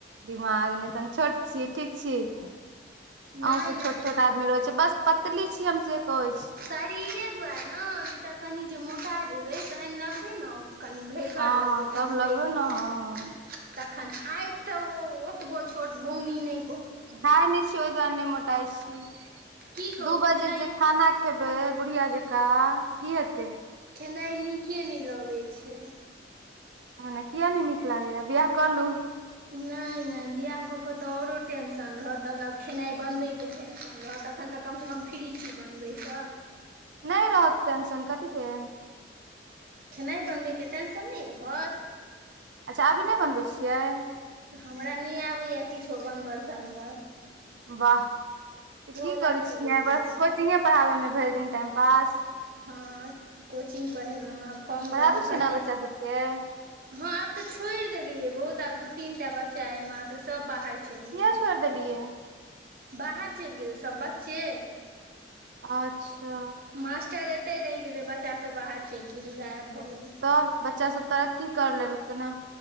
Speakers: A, on the right; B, on the right.
A: दिमाग नहितन छोट छी ठीक छी अहुॅं
B: नहि
A: से
B: नहि
A: छोट छोट <unintelligible> रहै छै बस पतली छीये हम से कहै छी
B: शरीरे दुवारे न नै तऽ कनि जे मोटा जेबै तहन लगबै न कनि भरिगर
A: हँ
B: लगबै तहन
A: तब
B: पैघ
A: ने
B: लगबै
A: हँ
B: तखन हायट तऽ ओ ओतबो छोट बौनी नै
A: खाय नै छीये ओय दुवारे नय मोटाइ छी <inaudible>
B: की कहू
A: दू बजे
B: खेनाइ
A: जे खाना ख खेबै बुढ़िया जेकाँ की हेतै
B: खेनाए नीके नै लगै छै
A: खाना किया नै नीक लागैय बियाह को लूँ <unintelligible>
B: नै नै बियाह कऽ कऽ तऽ औरो टेंशन रहत तऽ ल खेनाइ बनबै केँ टेंशन रहत एखन तऽ कम सँ कम फ्री छी बनबैसँ
A: नै रहत टेंशन कथी केँ
B: खेनाए बनबै केँ टेंशन नै रहत
A: अच्छ अभी नै बनबै छियै
B: हमरा नय आबैया किछो बनबऽ तनबऽ
A: वाह तऽ की
B: लग
A: करै
B: नहि
A: छियै
B: बैसै
A: बस
B: छी
A: कोचिंगे पढ़ाबे मे भरि दिन टाइम पास
B: हँ कोचिंग पढ़ेलहुँ आ फॉर्म
A: पढ़ाबै
B: तर्म भरने
A: ने बच्चा छियै
B: हँ आब तऽ छोड़ि देलीयै बहुत आब दू तीन टा बच्चा अय मात्र सब बाहर चलि गेलै
A: किया छोईर देलियै
B: बाहर चलि गेल सब बच्चे
A: अच्छा
B: मास्टर एते रहि गेले बच्चा सब बाहर चलि गेले गायब भ गेले
A: तऽ बच्चा सब तरक्की कर लेलकै न